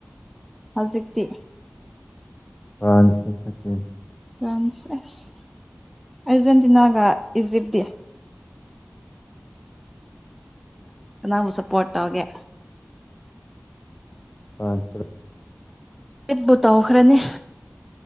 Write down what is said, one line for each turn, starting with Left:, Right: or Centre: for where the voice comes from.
Centre: ꯍꯧꯖꯤꯛꯇꯤ
Left: ꯄꯁ ꯐꯄꯤ
Centre: ꯐ꯭ꯔꯥꯟꯁꯁ ꯑꯔꯖꯦꯟꯇꯤꯅꯥꯒ ꯏꯖꯤꯞꯗꯤ ꯅꯅꯥꯕꯨ ꯁꯄꯇꯣꯒꯦ
Left: ꯄꯥꯡ ꯇ
Centre: ꯍꯞꯕꯨ ꯇꯧꯈ꯭ꯔꯅꯤ